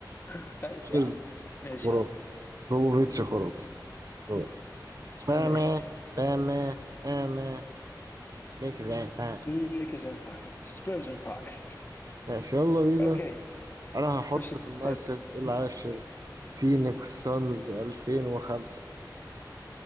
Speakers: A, on the left (about 30°); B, on the right (about 50°).
A: <laughs> ماشي
B: سبيرز
A: يا عم ماشي
B: خرافي
A: يا عم
B: بوفيتش خرافي هو. فاهمة
A: ماشي
B: فاهمة فاهمة ليك زي فاهم
A: ليكرز ان فايف سبيرز ان فايف
B: ماشي يلا بينا
A: اوكي
B: انا هحط
A: خش التاسع
B: في المركز العاشر فينيكس سانز 2005